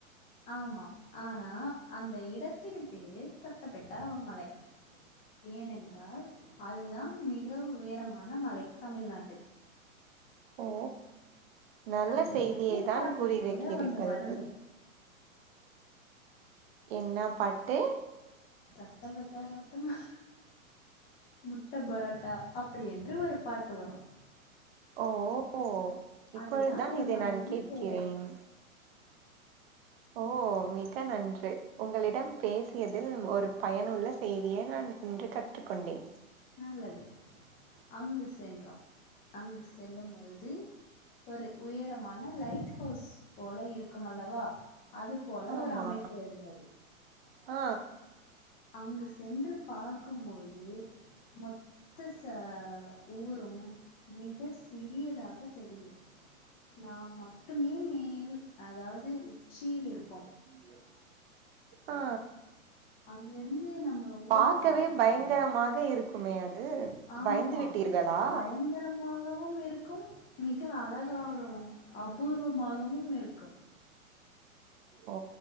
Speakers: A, on the left (about 20°); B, on the right (about 45°).
A: ஆமாம் ஆனா அந்த இடத்தின் பெயரு தொட்டபேட்டா மலை ஏனென்றால் அதுதான் மிக உயரமான மழை தமிழ்நாட்டில்
B: ஓ நல்ல
A: அந்த
B: செய்தியை
A: விஜய்
B: தான்
A: பாட்டில்
B: கூறியிருக்கிறீர்கள்
A: கூட ஒண்ணு வருமே
B: என்னா பாட்டு
A: தொட்டபேட்டா ரோட்டு மேல முட்ட பரோட்டா அப்படி என்று ஒரு பாட்டு வரு
B: ஓ ஓ இப்பொழுதுதான்
A: அதுதான் அந்த
B: இதை
A: மலையின்
B: நான் கேட்கிறேன்
A: பெயர்
B: ஓ மிக நன்று உங்களிடம் பேசியதில் ஒரு பயனுள்ள செய்திய நான் இன்று கற் றுக்கொண்டேன்
A: நல்லது அங்கு சென்றோ அங்கு செல்லும் பொழுது ஒரு உயரமான லைட் ஹவுஸ் போல இருக்குமல்லவா அதுப் போல
B: ஆமா
A: ஒரு அமைப்பு இருந்தது
B: ஆ
A: அங்கு சென்று பார்க்கும்போது மொத்த ச ஊரும் மிக சிறியதாக தெரியும் நாம் மட் மட்டு மே மேயில் அதாவது உச்சியில இருப்போ
B: <inaudible> அ
A: அங்க இருந்து நம்ம ஊர
B: பாக்கவே
A: பாக்கும்போ
B: பயங்கரமாக இருக் உண்மையா அது
A: ஆம்மா
B: பயந்து விட்டீர்களா
A: பயங்கரம் <unintelligible> இருக்கும் மிக அழகாகவு அபூர்வமாகவும் இருக்கும்
B: ஓ